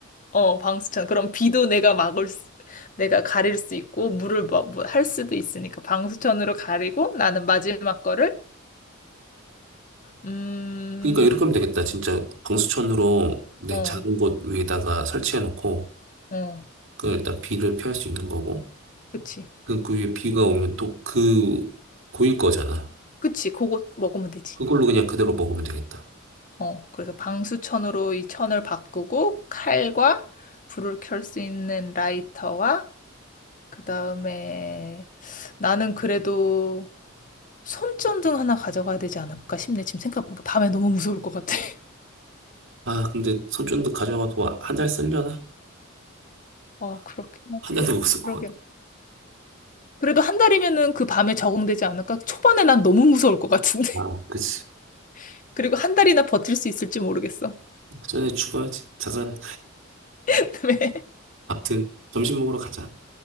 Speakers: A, on the left; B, on the right.
A: 어, 방수천. 그럼 비도 내가 막을 수, 내가 가릴 수 있고, 물을 뭐, 뭐 할 수도 있으니까, 방수천으로 가리고, 나는 마지막 거를, 음,
B: 그러니까 이렇게 하면 되겠다. 진짜 방수천으로 내
A: 어,
B: 작은 곳 위에다가 설치해 놓고.
A: 어,
B: 그 일단 비를 피할 수 있는 거고
A: 그치.
B: 그, 그 위에 비가 오면 또 그 고일 거잖아.
A: 그치. 그거 먹으면 되지.
B: 그걸로 그냥 그대로 먹으면 되겠다.
A: 어, 그래서 방수천으로 이 천을 바꾸고, 칼과 불을 켤 수 있는 라이터와, 그 다음에, 나는 그래도 손전등 하나 가져가야 되지 않을까 싶네. 지금 생각해보니까 밤에 너무 무서울 것 같아. <laughs>
B: 아 근데 손전등 가져가도 한 달 쓰려나?
A: 어, 그렇긴 하지.
B: 한 달도 <laughs> 못 쓸 거야.
A: 그러긴. 그래도 한 달이면은 그 밤에 적응되지 않을까? 초반에 난 너무 무서울 것 같은데.
B: 아 그치.
A: <laughs> 그리고 한 달이나 버틸 수 있을지 모르겠어.
B: 전에 죽어야지. 자산해
A: <laughs> 왜?
B: 아무튼 점심 먹으러 가자.